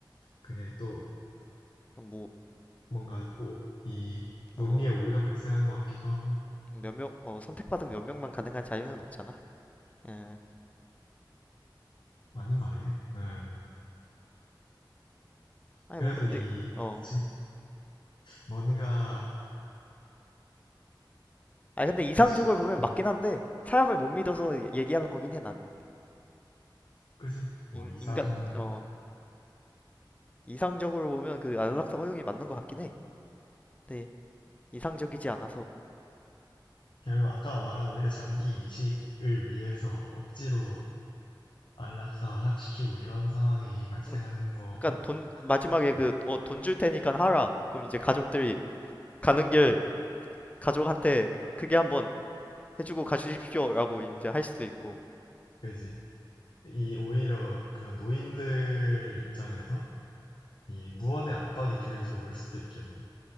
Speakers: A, on the left; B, on the left.
A: 그게 또
B: 그럼 뭐,
A: 뭔가 오, 이
B: 어,
A: 논리에 오류가 발생하는 것 같기도 하고
B: 몇 명, 어, 선택받은 몇 명만 가능한 자유는 없잖아. 예.
A: 맞는 말이네. 음
B: 아니
A: 그래도
B: 뭐 근데,
A: 이
B: 어.
A: 그치 뭔가
B: 아니 근데 이상적으로
A: 그치
B: 보면
A: 음,
B: 맞긴 한데 사람을 못 믿어서 얘- 얘기하는 거긴 해 나는.
A: 그치 뭐
B: 인,
A: 이상
B: 인간, 어, 이상적으로 보면 그 안락사 허용이 맞는 것 같긴 해. 네. 이상적이지 않아서.
A: 결국 아까 말한 오히려 장기 이식을 위해서 억지로 안락사 시키고 이런 상황이 발생하는
B: 어,
A: 거가
B: 약간 돈, 마지막에
A: 어,
B: 그, 어, 돈 줄 테니까 하라. 그럼 이제 가족들이 가는 길 가족한테 크게 한번 해주고 가주십시오라고 이제 할 수도 있고
A: 그지. 이 오히려 그런 노인들 입장에서 이 무언의 압박이 계속 올 수도 있겠네.